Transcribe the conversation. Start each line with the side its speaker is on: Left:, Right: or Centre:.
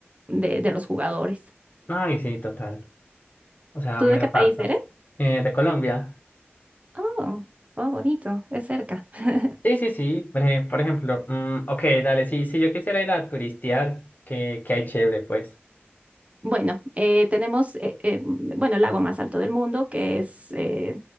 Right: de, de los jugadores.
Left: Ay, sí, total. O sea,
Right: ¿Tú
Left: mero
Right: de qué país
Left: facto.
Right: eres?
Left: Eh, de Colombia.
Right: Oh, oh, bonito, es cerca. <laughs>
Left: Sí, sí, sí. Por ej- por ejemplo, mm, ok, dale, sí, sí, yo quisiera ir a turistear, que, que hay chévere, pues.
Right: Bueno, eh, tenemos, eh, eh, bueno, el lago más alto del mundo, que es, eh,